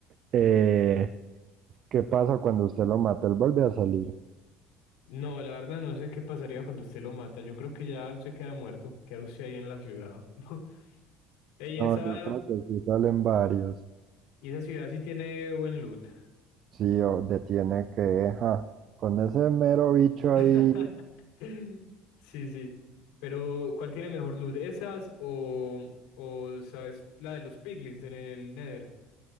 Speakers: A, on the right (about 40°); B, on the left (about 85°).
A: eh, qué pasa cuando usted lo mata. Él vuelve a salir.
B: No, la verdad no sé qué pasaría cuando usted lo mata. Yo creo que ya se queda muerto. Queda usted ahí en la ciudad. <laughs> Ey,
A: No,
B: esa,
A: yo creo que sí salen varios.
B: y esa ciudad sí tiene buen loot.
A: Sí, o detiene que, ja, con ese mero bicho
B: <laughs>
A: ahí,
B: Sí, sí. Pero, ¿cuál tiene mejor loot? ¿Esas o, o sabes, la de los piglins en el Nether?